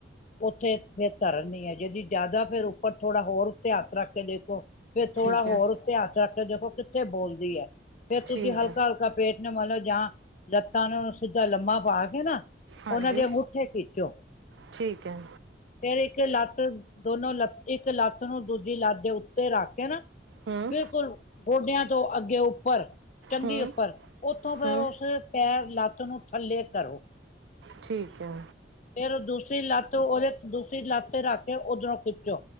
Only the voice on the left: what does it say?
ਉੱਥੇ ਫਿਰ ਧਰਨੀ ਹੈ ਜਿਹੜੀ ਜ਼ਿਆਦਾ ਫੇਰ ਉੱਪਰ ਥੋੜਾ ਹੋਰ ਉੱਤੇ ਰੱਖ ਕੇ ਦੇਖੋ। ਫੇਰ ਥੋੜ੍ਹਾ
ਹੋਰ
ਧਿਆਨ ਚ ਰੱਖ ਕੇ ਦੇਖੋ। ਕਿੱਥੇ ਬੋਲਦੀ ਹੈ। ਫੇਰ ਤੁਸੀਂ
ਹਲਕਾ
ਹਲਕਾ ਪੇਟ ਨੂੰ ਮੱਲੋ ਜਾਂ ਲੱਤਾਂ ਨੂੰ ਸਿੱਧਾ ਲੰਮਾ ਪਾ ਕੇ ਨਾ
ਉਹਨਾਂ ਦੇ ਅੰਗੂਠੇ ਖਿੱਚੋ,
ਫਿਰ ਇੱਕ ਲੱਤ ਤੇ ਦੋਨੋ ਲੱਤ ਇੱਕ ਲੱਤ ਨੂੰ ਦੂਜੀ ਲੱਤ ਦੇ ਉੱਤੇ ਰੱਖ ਕੇ ਨਾ
ਬਿਲਕੁਲ। ਗੋਡਿਆਂ ਤੋਂ ਅੱਗੇ ਉੱਪਰ ਚੰਗੀ
ਉੱਪਰ ਉੱਥੋਂ ਫਿਰ
ਉਸ ਪੈਰ ਲੱਤ ਨੂੰ ਥੱਲੇ ਕਰੋ।
ਫੇਰ ਦੂਸਰੀ ਲੱਤ ਉਹਦੇ ਦੂਸਰੀ ਲੱਤ ਤੇ ਰੱਖ ਕੇ ਉਓਧਰੋਂ ਖਿੱਚੋ